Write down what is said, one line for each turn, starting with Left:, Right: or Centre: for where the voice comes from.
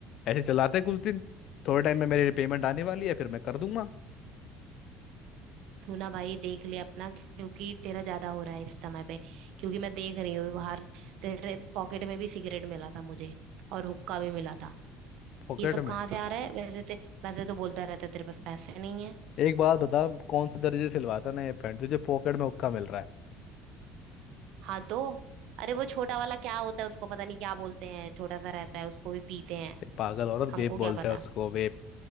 Left: ऐसे चलाते हैं कुछ दिन थोड़े टाइम में मेरी पेमेंट आने वाली है फिर मैं कर दूंगा
Right: तू ना भाई देख ले अपना क्योंकि तेरा ज्यादा हो रहा है इस समय पे क्योंकि मैं देख रही हूँ बाहर तेरे पॉकेट में भी सिगरेट मिला था मुझे और हुक्का भी मिला था
Left: पॉकेट
Right: ये सब
Left: में
Right: कहाँ से आ रहा है वैसे ते, वैसे तो बोलता रहता है तेरे पास पैसे नहीं है
Left: एक बात बता कौन से दर्जे से सिलवाता ना ये पैंट तुझे पॉकेट में हुक्का मिल रहा है
Right: हाँ तो अरे वो छोटा वाला क्या होता है उसको पता नहीं क्या बोलते हैं छोटा सा रहता है उसको भी पीते हैं
Left: तेरी पागल औरत
Right: हमको
Left: वेप बोलता
Right: क्या पता
Left: है उसको वेप